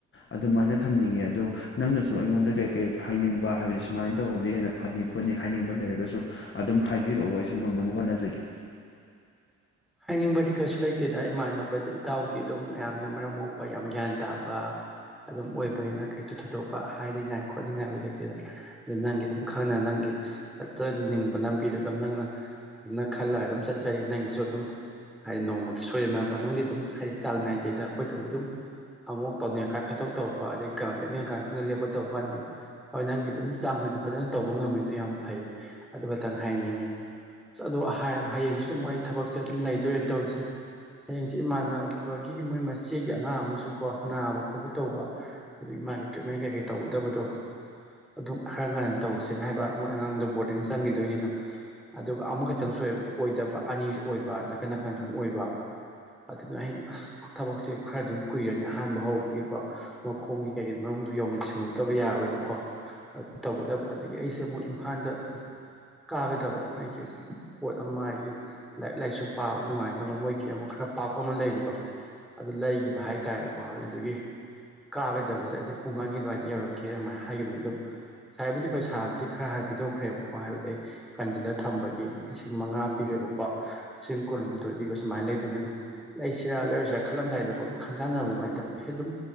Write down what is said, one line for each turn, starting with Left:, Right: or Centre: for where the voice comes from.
Left: ꯑꯗꯨꯃꯥꯏꯅ ꯊꯝꯅꯤꯡꯉꯤ ꯑꯗꯣ ꯅꯪꯅꯁꯨ ꯑꯩꯉꯣꯟꯗ ꯀꯩ ꯀꯔꯤ ꯍꯥꯏꯅꯤꯡꯕ ꯍꯥꯏꯕꯗꯤ ꯁꯨꯃꯥꯏꯅ ꯇꯧꯔꯗꯤ ꯍꯦꯟꯅ ꯐꯅꯤ ꯈꯣꯠꯅꯤ ꯍꯥꯏꯅꯤꯡꯕ ꯂꯩꯔꯒꯁꯨ ꯑꯗꯨꯝ ꯍꯥꯏꯕꯤꯔꯛꯑꯣ ꯑꯩꯁꯨ ꯉꯝꯅꯕ ꯍꯣꯠꯅꯖꯒꯦ
Centre: ꯍꯥꯏꯅꯤꯡꯕꯗꯤ ꯀꯩꯁꯨ ꯂꯩꯇꯦꯗ ꯏꯃꯥꯟꯅꯕꯗ ꯏꯇꯥꯎꯗꯤ ꯑꯗꯨꯝ ꯌꯥꯝꯅ ꯃꯔꯝ ꯃꯣꯛꯄ ꯌꯥꯝ ꯒ꯭ꯌꯥꯟ ꯇꯥꯕ ꯑꯗꯨꯝ ꯑꯣꯏꯕꯅꯤꯅ ꯀꯩꯁꯨ ꯊꯣꯏꯗꯣꯛꯄ ꯍꯥꯏꯅꯤꯡꯉꯥꯏ ꯈꯣꯠꯅꯤꯡꯉꯥꯏ ꯂꯩꯇꯦꯗ ꯑꯗꯨ ꯅꯪꯒꯤ ꯑꯗꯨꯝ ꯈꯪꯅ ꯅꯪꯒꯤ ꯆꯠꯆꯅꯤꯡꯕ ꯂꯝꯕꯤꯗ ꯑꯗꯨꯝ ꯅꯪꯅ ꯑꯗꯨꯅ ꯈꯜꯂꯒ ꯑꯗꯨꯝ ꯆꯠꯆꯔꯤ ꯅꯪꯒꯤꯁꯨ ꯑꯗꯨꯝ ꯍꯥꯏꯗꯤ ꯅꯣꯡꯃꯒꯤ ꯁꯣꯏꯗꯅꯕ ꯅꯪꯗꯤ ꯑꯗꯨꯝ ꯍꯥꯏꯗꯤ ꯆꯥꯡ ꯅꯥꯏꯗꯦꯗ ꯑꯩꯈꯣꯏꯗꯕꯨ ꯑꯗꯨꯝ ꯑꯃꯨꯛ ꯇꯧꯅꯤꯡꯉꯛꯀꯥꯟ ꯈꯣꯇꯧ ꯇꯧꯔꯄ ꯑꯗꯒꯤ ꯂꯦꯞꯅꯤꯡꯉꯛꯀꯥꯟꯗ ꯈꯪ ꯂꯦꯞ ꯂꯦꯞꯄ ꯇꯧꯕꯅꯤ ꯍꯣꯏ ꯅꯪꯒꯤꯗꯤ ꯑꯗꯨꯝ ꯆꯥꯡꯅ ꯐꯖꯅ ꯇꯧꯕ ꯉꯝꯃꯤꯗꯣ ꯌꯥꯝ ꯐꯩ ꯑꯗꯨ ꯈꯇꯪ ꯍꯥꯏꯅꯤꯡꯉꯦ ꯑꯗꯣ ꯍꯥꯏꯔ ꯑꯌꯦꯡꯁꯨ ꯑꯗꯨꯝ ꯑꯩ ꯊꯕꯛꯁꯦ ꯑꯗꯨꯝ ꯂꯩꯗꯣꯏꯅꯤ ꯇꯧꯔꯤꯁꯦ ꯍꯌꯦꯡꯁꯦ ꯏꯃꯥꯟꯅꯕꯒꯤ ꯃꯣꯏ ꯏꯆꯦꯒꯤ ꯑꯉꯥꯡ ꯑꯃꯁꯨ ꯀꯣ ꯅꯥꯕ ꯈꯣꯠꯄ ꯇꯧꯕ ꯑꯗꯨꯗꯒꯤ ꯃꯥꯒꯤ ꯇ꯭ꯔꯤꯠꯃꯦꯟ ꯀꯩ ꯀꯩ ꯇꯧꯒꯗꯕꯗꯣ ꯑꯗꯨꯝ ꯈꯔ ꯉꯟꯅ ꯇꯧꯁꯦꯅ ꯍꯥꯏꯕ ꯃꯣꯏ ꯑꯉꯥꯡꯗꯣ ꯕꯣꯔꯗꯤꯡ ꯆꯪꯈꯤꯗꯣꯏꯅꯤꯅ ꯑꯗꯨꯒ ꯑꯃꯈꯛꯇꯪꯁꯨ ꯑꯣꯏꯗꯕ ꯑꯅꯤ ꯑꯣꯏꯕ ꯅꯥꯀꯟ ꯅꯥꯀꯟ ꯁꯨꯝ ꯑꯣꯏꯕ ꯑꯗꯨꯅ ꯍꯌ‌ꯦꯡ ꯑꯁ ꯊꯕꯛꯁꯦ ꯈꯔ ꯑꯗꯨꯝ ꯀꯨꯏꯔꯅꯤ ꯑꯍꯥꯟꯕ ꯍꯧꯕꯒꯤꯀꯣ ꯃꯈꯣꯡꯒꯤ ꯀꯩꯀꯩ ꯃꯅꯨꯡꯗꯨ ꯌꯧꯅ ꯁꯟꯗꯣꯛꯇꯕ ꯌꯥꯔꯔꯣꯏꯕꯀꯣ ꯑꯗꯨ ꯇꯧꯒꯗꯕ ꯑꯗꯒꯤ ꯑꯩꯁꯦ ꯑꯃꯨꯛ ꯏꯝꯐꯥꯜꯗ ꯀꯥꯒꯗꯕ ꯃꯥꯒꯤ ꯄꯣꯠ ꯑꯃ ꯍꯥꯏꯒꯤ ꯂꯥꯏꯔꯤꯛ ꯂꯥꯏꯁꯨ ꯄꯥꯕ ꯅꯨꯡꯉꯥꯏꯅꯕ ꯃꯣꯏꯒꯤ ꯑꯃꯨꯛ ꯈꯔ ꯄꯥꯛꯄ ꯑꯃ ꯂꯩꯕꯗꯣ ꯑꯗꯨ ꯂꯩꯈꯤꯕ ꯍꯥꯏꯇꯥꯔꯦꯀꯣ ꯑꯗꯨꯗꯨꯒꯤ ꯀꯥꯒꯗꯕꯁꯦ ꯑꯩꯁꯦ ꯄꯨꯡ ꯑꯅꯤ ꯑꯗꯨꯋꯥꯏꯗ ꯌꯧꯔꯛꯀꯦꯅ ꯑꯗꯨꯃꯥꯏꯅ ꯍꯥꯏꯈꯤꯕꯅꯤ ꯑꯗꯣ ꯉꯁꯥꯏꯕꯨꯗꯤ ꯄꯩꯁꯥꯕꯨꯗꯤ ꯈꯔ ꯍꯥꯟ ꯄꯤꯊꯣꯛꯈ꯭ꯔꯦꯕꯀꯣ ꯍꯥꯏꯕꯗꯤ ꯑꯩ ꯀꯟꯖꯤꯜꯂ ꯊꯝꯕꯒꯤ ꯂꯤꯁꯤꯡ ꯃꯉꯥ ꯄꯤꯈ꯭ꯔꯦꯕꯀꯣ ꯀꯣ ꯆꯤꯡ ꯀꯣꯂꯨꯝꯗꯣꯏꯄꯤꯕ ꯁꯨꯃꯥꯏꯅ ꯂꯩꯗꯣꯏꯅꯦ ꯑꯗꯣ ꯂꯩ ꯁꯤꯔꯥ ꯂꯩꯔꯣꯢꯁꯤꯔ ꯥꯈꯜꯂꯝꯗꯥꯏꯗ ꯀꯣ ꯑꯗꯨꯝ ꯈꯟꯖꯥꯟꯅꯕ ꯑꯗꯨꯃꯥꯏꯅ ꯇꯧ ꯑꯗꯨꯝ